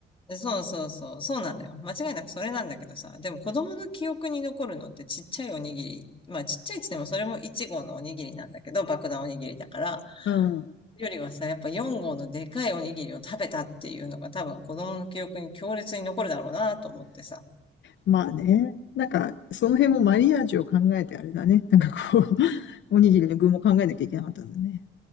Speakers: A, on the left (about 25°); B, on the left (about 65°).
A: そうそうそう、そうなのよ。間違いなくそれなんだけどさ、でも子供の記憶に残るのってちっちゃいおにぎり。まあちっちゃいっつってもそれも1号のおにぎりなんだけど、爆弾おにぎりだから。
B: うん。
A: よりはさ、やっぱ4号のでかいおにぎりを食べたっていうのが多分子供の記憶に強烈に残るだろうなと思ってさ。
B: まあね。なんか、その辺もマリアージュを考えてあれだね。なんかこう、<laughs> おにぎりの具も考えなきゃいけなかったんだね。